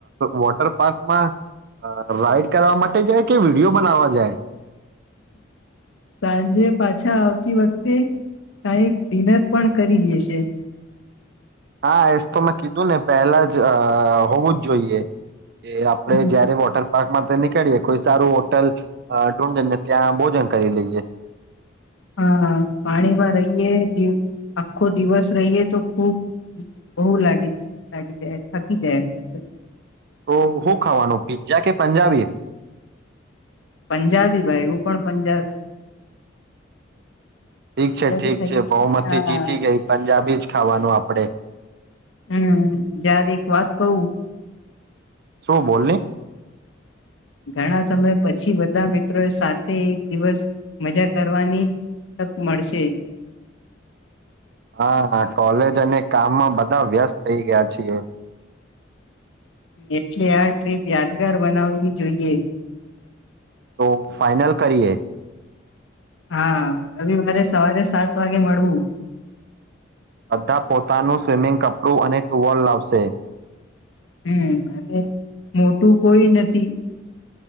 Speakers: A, on the right; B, on the left.
A: વોટર પાર્કમાં, રાઈડ કરવા માટે જાય કે વિડીયો બનાવવા જાય.
B: સાંજે પાછા આવતી વખતે કઈક ડિનર પણ કરી લેશે.
A: હા એસ તો મેં કીધું ને પહેલા જ હોવું જ જોઈએ. કે આપડે
B: હમ
A: જયારે વોટર પાર્કમાં તો નીકળીએે કોઈ સારું હોટલ ધૂઢને ત્યાં ભોજન કરી લઈએ.
B: હા પાણીમાં રહીએ આખો દિવસ રહીએ તો ખુબ બહુ લાગી લાગી જાય થકી જાય.
A: તો શું ખાવાનું પી્ઝા કે પંજાબી?
B: પંજાબી ભાઈ હું પણ પંજાબ.
A: ઠીક
B: પંજાબી
A: છે ઠીક
B: થઈ
A: છે બહુમતી
B: હા
A: જીતી ગઈ પંજાબી જ ખાવાનું આપડે.
B: હમ યાર એક વાત કહું
A: શું બોલને.
B: ઘણા સમય પછી બધા મિત્રોએ સાથે એક દિવસ મજા કરવાની તક મળશે.
A: હા કોલેજ અને કામમાં બધા વ્યસ્ત થઈ ગયા છીએ.
B: એટલે આ ટ્રીપ યાદગાર બનાવવી જોઈએ.
A: તો ફાઈનલ કરીએ.
B: હા રવિવારે સવારે સાત વાગે મળવું.
A: બધા પોતાનું સ્વિમિંગ કપડું અને ટુવાલ લાવશે.
B: હમ અ મોટું કોઈ નથી.